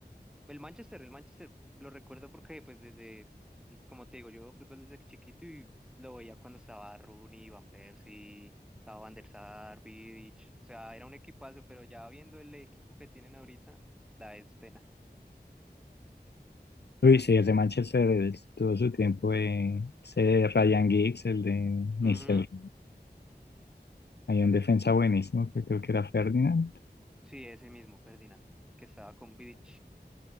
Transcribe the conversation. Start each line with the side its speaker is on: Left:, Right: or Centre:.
Centre: El Manchester, el Manchester, lo recuerdo porque, pues, desde, como te digo, yo veo fútbol desde chiquito y lo veía cuando estaba Rooney, Van Persie, estaba Van der Sar, Vidic, o sea, era un equipazo, pero ya viendo el equipo que tienen ahorita, da es pena.
Left: Uy, sí, el de Manchester, el- todo su tiempo, eh, ese Ryan Giggs, el de Mr.
Centre: Ujú,
Left: Hay un defensa buenísimo que creo que era Ferdinand.
Centre: Sí, ese mismo, Ferdinand, que estaba con Vidic.